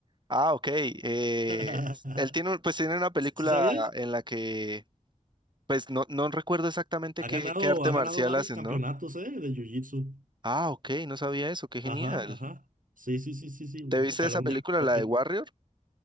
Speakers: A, on the right; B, on the right.
A: Ah, ok. eh,
B: <laughs>
A: él tiene, un- pues tiene una película
B: ¿Sí sabías?
A: en la que, pues no, no recuerdo exactamente
B: Ha
A: qué,
B: ganado,
A: qué arte
B: ha
A: marcial
B: ganado varios
A: hacen,
B: campeonatos,
A: ¿no?
B: ¿eh? De Jiu-Jitsu.
A: Ah, ok, no sabía eso, qué genial.
B: Ajá, ajá. Sí, sí, sí, sí, sí.
A: ¿Te viste
B: Ojalá
A: esa
B: un
A: película,
B: día me toque.
A: la de Warrior?